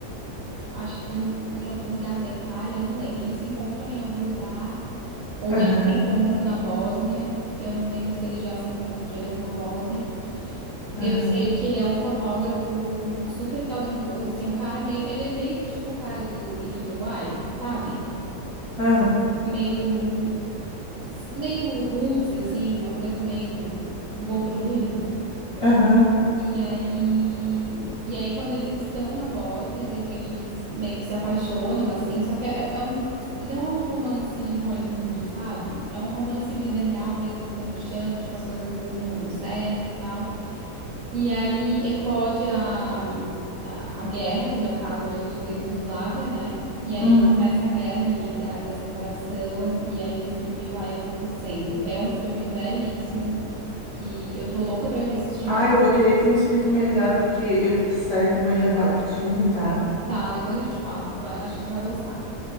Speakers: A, on the right; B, on the left.
A: acho que em, em algum lugar da Itália, eu não lembro. Eles se encontram em algum lugar, ou
B: aham,
A: eles se encontram na Bósnia, eu não lembro se eles já se encontram direto na Bósnia.
B: aham,
A: Eu sei que ele é um fotógrafo super talentoso, assim, é um cara meio, ele é meio tipo o cara do Into the Wild, sabe?
B: ah,
A: Meio meio roots assim, uma coisa meio vou pro mundo.
B: aham.
A: E aí e aí quando eles estão na Bósnia, de repente eles meio que se apaixonam assim, só que é, é um não é um romance Hollywood, sabe? É um romance vida real mesmo, pé no chão, tipo as coisas às vezes não dão certo e tal. E aí eclode a, a, a guerra, que no caso era a antiga Iugoslávia, né? E aí
B: Uhum.
A: começa a guerra ali da, da separação, e aí o filme vai acontecendo. É um filme belíssimo que eu tô louca pra reassistir,
B: Ah,
A: mas
B: eu vou querer que tu me explique melhor, porque eu vou precisar ir no banheiro rapidinho, tá?
A: tá, depois eu te falo, tu vai, acho que tu vai gostar.